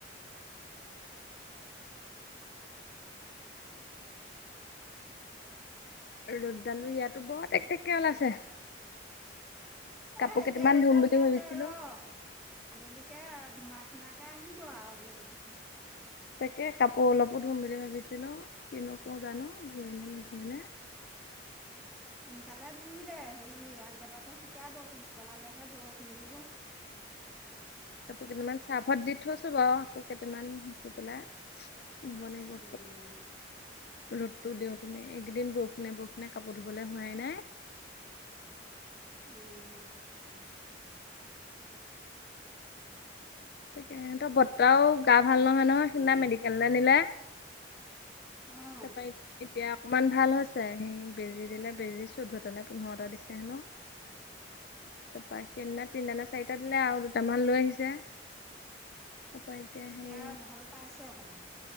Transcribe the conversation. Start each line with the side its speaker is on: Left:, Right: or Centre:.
Left: ৰ'দদালো ইয়াতো বহত টেকটেকে ওলাইছে কাপোৰ
Centre: এ
Left: কেইটামান
Centre: এতিয়া ৰ'দডাল
Left: ধুম বুলি
Centre: আছে
Left: ভাবিছিলো
Centre: ৰ আবেলিকে। ধোমা খুনাকে আহিব আৰু বৰষুণ।
Left: তাকে কাপোৰ অলপো ধুম বুলি ভাবিছিলো কিনো কৰো জানো ধও নে নুধুই ন। <inaudible>
Centre: সোনকালে ধুই দে হেৰি আগবেলাতে শুকাব পিছবেলালেহে বৰষুণ দিব।
Left: আ কেইটামান চাৰফত দি থৈছো বাৰু আকৌ কেইটামান দি পেলাই। ধুব লাগিব।
Centre: উম,
Left: ৰ'দতটো দিওঁতনে এইকেইদিন বৰষুণে বৰষুণে কাপোৰ ধুবলৈ হোৱাই নাই, <inaudible>
Centre: উম,
Left: তাকে তো বৰ্তাও গা ভাল নহয় নহয় সিদিনা মেডিকেললৈ নিলে।
Centre: অ',
Left: তাৰ পা এতিয়া। অকমান ভাল হৈছে, সি বেজি দিলে বেজী চৈধ্যটা নে পোন্ধৰটা দিছে হেনো। তাৰপা সিদিনা তিনিটা নে চাৰিটা দিলে আৰু দুটামান লৈ আহিছে। তাৰপৰা
Centre: এতিয়া
Left: সেই
Centre: ভাল পাইছে অকমান।।